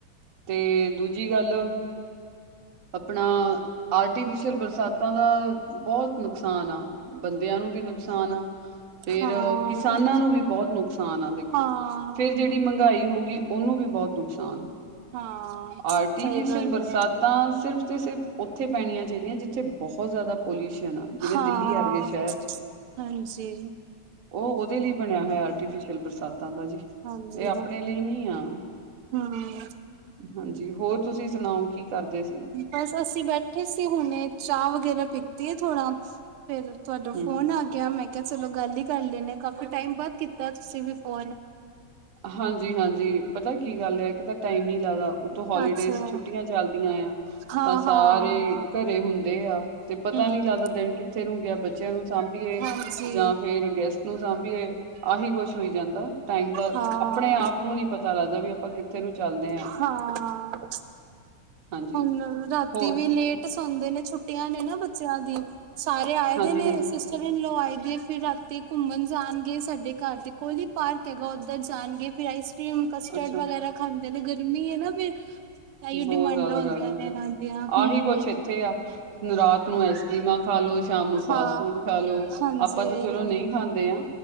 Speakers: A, on the right; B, on the right.
A: ਤੇ ਦੂਜੀ ਗੱਲ ਆਪਣਾ ਆਰਟੀਫਿਸ਼ਲ ਬਰਸਾਤਾਂ ਦਾ ਬਹੁਤ ਨੁਕਸਾਨ ਆ। ਬੰਦਿਆਂ ਨੂੰ ਵੀ ਨੁਕਸਾਨ ਆ। ਫਰ
B: ਹਾਂ
A: ਕਿਸਾਨਾਂ ਨੂੰ ਵੀ ਬਹੁਤ ਨੁਕਸਾਨ ਆ। ਦੇਖੋ
B: ਹਾਂ
A: ਫੇਰ ਜਿਹੜੀ ਮਹਿੰਗਾਈ ਹੋ ਗਈ। ਉਹਨੂੰ ਵੀ ਬਹੁਤ ਨੁਕਸਾਨ ਹੈ
B: ਹਾਂ
A: ਆਰਟੀਫਿਸ਼ਲ
B: ਸਹੀ ਗੱਲ
A: ਬਰਸਾਤ
B: ਹੈ
A: ਤਾਂ ਸਿਰਫ ਤੇ ਸਿਰਫ ਉੱਥੇ ਪੈਣੀਆਂ ਚਾਹੀਦੀਆਂ ਜਿੱਥੇ ਬਹੁਤ ਜ਼ਿਆਦਾ ਪੋਲਿਊਸ਼ਨ ਆ ਜਿਵੇਂ
B: ਹਾਂ
A: ਦਿੱਲੀ ਆਰਗਏ ਸ਼ਹਿਰ ਚ
B: ਹਾਂਜੀ
A: ਉਹ ਉਹਦੇ ਲਈ ਬਣਿਆ ਹੋਇਆ ਆਰਟੀਫਿਸ਼ਲ ਬਰਸਾਤਾਂ ਦਾ ਜੀ।
B: ਹਾਂਜੀ
A: ਏਹ ਆਪਣੇ ਲਈ ਨੀ ਆ।
B: ਹਮ
A: ਹਾਂਜੀ, ਹੋਰ ਤੁਸੀਂ ਸੁਣਾਓ? ਕੀ ਕਰਦੇ ਸੀ?
B: ਬਸ ਅਸੀਂ ਬੈਠੇ ਸੀ ਹੁਣੇ, ਚਾਹ ਵਗੈਰਾ ਪੀਤੀ ਏ ਥੋੜਾ, ਫੇਰ ਤੁਹਾਡਾ
A: ਹੂੰ
B: ਫੋਨ ਆ ਗਿਆ। ਮੈਂ ਕਿਹਾ ਚਲੋ ਗੱਲ ਹੀ ਕਰ ਲੈਂਣੇ ਕਾਫੀ ਟਾਈਮ ਬਾਅਦ ਕੀਤਾ ਤੁਸੀਂ ਵੀ ਫੋਨ।
A: ਹਾਂਜੀ, ਹਾਂਜੀ ਪਤਾ ਕੀ ਗੱਲ ਐ ਇਕ ਤੇ ਟਾਈਮ ਨੀ ਲੱਗਦਾ। ਹੋਲੀਡੇਸ
B: ਅੱਛਾ
A: ਛੁੱਟੀਆਂ ਚੱਲਦੀਆਂ ਆ,
B: ਹਾਂ
A: ਤਾਂ ਸਾਰੇ
B: ਹਾਂ
A: ਘਰੇ ਹੁੰਦੇ ਆ। ਤੇ ਪਤਾ ਨੀ
B: ਹਮ
A: ਲੱਗਦਾ ਦਿਨ ਕਿੱਥੇ ਨੂੰ ਗਿਆ ਬੱਚਿਆਂ ਨੂੰ ਸਾਂਭੀਏ
B: ਹਾਂਜੀ
A: ਜਾਂ ਫੇਰ ਗੈਸਟ ਨੂੰ ਸਾਂਭੀਏ ਆਹੀ ਕੁਛ ਹੋਈ ਜਾਂਦਾ ਟਾਈਮ ਦਾ
B: ਹਾਂ
A: ਆਪਣੇ ਆਪ ਨੂੰ ਨੀ ਪਤਾ ਲੱਗਦਾ ਵੀ ਆਪਾਂ ਕਿ ਉੱਥ ਨੂੰ ਚੱਲਦੇ
B: ਹਾਂ,
A: ਹਾਂਜੀ
B: ਹੁਣ ਰਾਤੀ
A: ਹੋਰ
B: ਵੀ
A: ਜੀ
B: ਲੇਟ ਸੌਦੇ ਨੀ ਛੁੱਟੀਆਂ ਨੇ ਨਾ ਬੱਚਿਆਂ ਦੀ ਸਾਰੇ ਆਏ
A: ਹਾਂਜੀ-ਹਾਂਜੀ
B: ਦੇ ਨੇ ਰਨ ਲਵਾਈ ਦੀਏ ਫਿਰ ਰਾਤੀ ਘੁੰਮਣ ਜਾਣਗੇ ਸਾਡੇ ਘਰ ਦੇ ਕੋਲੀ ਪਾਰਕ ਹੈਗਾ ਉੱਧਰ ਜਾਣਗੇ। ਤੇ ਆਈਸ ਕ੍ਰੀਮ, ਕਸਟਰਡ
A: ਅੱਛਾ
B: ਵਗੈਰਾ ਖਾਂਦੇ ਨੇ, ਗਰਮੀ ਏ ਨਾ ਫਿਰ। ਏਈਓ
A: ਬਹੁਤ
B: ਡਿਮਾਂਡਾ
A: ਜ਼ਿਆਦਾ
B: ਹੁੰਦੀਆਂ
A: ਗਰਮੀ
B: ਨੇ,
A: ਤਾਂ
B: ਹਾਂਜੀ ਹਾਂ,
A: ਆਹੀ
B: ਹੂੰ।
A: ਕੁਛ ਇੱਥੇ ਆ ਰਾਤ ਨੂੰ ਆਈਸਕ੍ਰੀਮਾ ਖਾ ਲੋ, ਸ਼ਾਮ ਨੂੰ ਫਾਸਟ
B: ਹਾਂ
A: ਫੂਡ ਖਾ ਲੋ,
B: ਹਾਂਜੀ
A: ਅਪਾਂ ਤਾਂ
B: ਇਹੀਓ
A: ਚਲੋ ਨਹੀਂ ਖਾਂ ਦੇਆ,